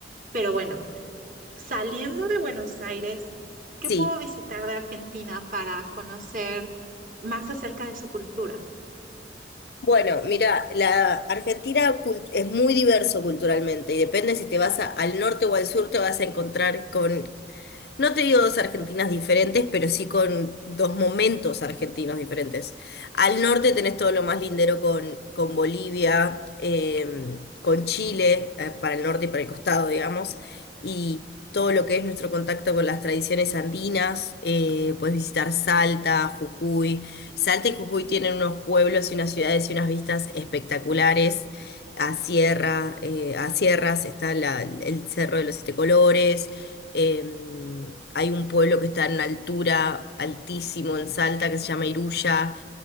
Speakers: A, on the right; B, on the left.
A: Pero bueno, saliendo de Buenos Aires, ¿qué
B: Sí.
A: puedo visitar de Argentina para conocer más acerca de su cultura?
B: Bueno, mira, la Argentina cult- es muy diverso culturalmente y depende si te vas a- al norte o al sur, te vas a encontrar con No te digo dos Argentinas diferentes, pero sí con dos momentos argentinos diferentes. Al norte tenés todo lo más lindero con, con Bolivia, em, con Chile, eh, para el norte y para el costado, digamos, y todo lo que es nuestro contacto con las tradiciones andinas. Eh, puedes visitar Salta, Jujuy. Salta y Jujuy tienen unos pueblos y unas ciudades y unas vistas espectaculares. A sierra, eh, a sierras está la- el Cerro de los Siete Colores Em, hay un pueblo que está en una altura altísimo en Salta que se llama Iruya.